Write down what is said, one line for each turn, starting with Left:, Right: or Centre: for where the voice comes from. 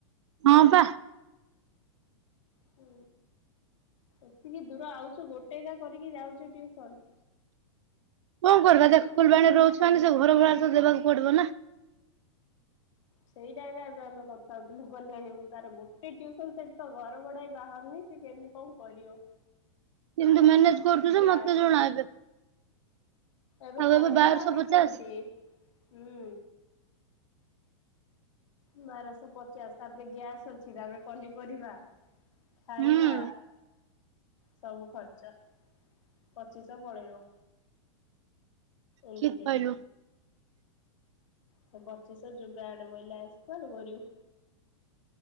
Right: ହଁ ପା।
Left: ହୁଁ ଏତିକି ଦୂର ଆଉଚୁ ଗୋଟେ ଏକା କରିକି ଯାଉଛୁ ଟ୍ୟୁସନ।
Right: କଣ କରିବା ଦେ ଫୁଲବାଣୀ ରହୁଛ ମାନେ ସେ ଘର ଭଡା ତ ଦେବାକୁ ପଡିବ ନା?
Left: ସେଇଟା ଗା ଏବେ ଆମେ କଥା ହଉଥିଲୁ କଲ୍ୟାଣି ମୁଁ ତାର ଗୋଟେ ଟ୍ୟୁସନ ସେଠି ତ ଘର ବଢା ବି ବାହାରୁନି। ସ କେମିତି କଣ କରିବ?
Right: କେମିତି ମ୍ୟାନେଜ କରୁଚୁ
Left: ଗ୍ୟାସ୍
Right: ଯେ ମତେ ଜଣା ଏବେ।
Left: ଏବେ
Right: ଆଉ
Left: କରିବୁ
Right: ବାରଶହ
Left: ଆଗୁକୁ
Right: ପଚାଶ
Left: କେମିତି ହୁଁ। ବାରଶହ ପଚାଶ ତାପରେ ଗ୍ୟାସ୍ ଅଛି ତାପରେ ପନିପରିବା ଖାଇବା।
Right: ହୁଁ
Left: ସବୁ ଖର୍ଚ୍ଚ ପଚିଶ ପଳେଇବ। ଏମିତି
Right: ଠିକ
Left: ରେହେ।
Right: କହିଲୁ
Left: ସେ ପଚିଶହ ଯୁଗ ଆଡ଼େ ବୋଇଲା ଆସି କୁଆଡ଼ୁ କରିବୁ।